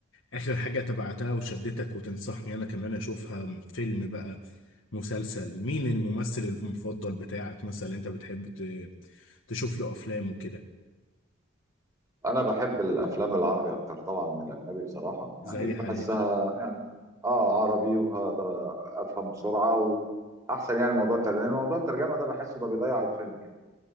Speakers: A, on the left; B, on the right.
A: اخر حاجة تبعتها وشدتك وتنصحني انا كمان اشوفها فيلم بقى مسلسل مين الممثل المفضل بتاعك مثلا انت بتحب ت- تشوف له افلام وكده
B: انا بحب الافلام العربي اكتر طبعا من الاجنبي بصراحة يعني
A: زي
B: بحسها
A: حالاتي
B: يعني اه عربي وهقدر افهم بسرعة واحسن يعني موضوع الترجمة لأن موضوع الترجمة ده بحسه ده بيضيع الفيلم